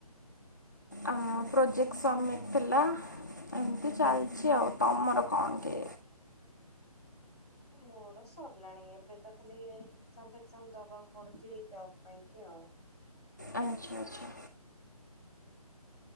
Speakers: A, on the left; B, on the right.
A: ଆ ପ୍ରୋଜେକ୍ଟ ସବମିଟ ଥିଲା, ଏମତି ଚାଲଚି ତମର ଆଉ ତମର କଣ କେ
B: ମୋର ସରିଲାଣି ଏବେ ତ ଖାଲି ଏକଜାମ ଫେକଜାମ ଦବାକୁ ପଡୁଚି ଜବ ପାଇଁ କି ଆଉ।
A: ଆଚ୍ଛା ଆଚ୍ଛା।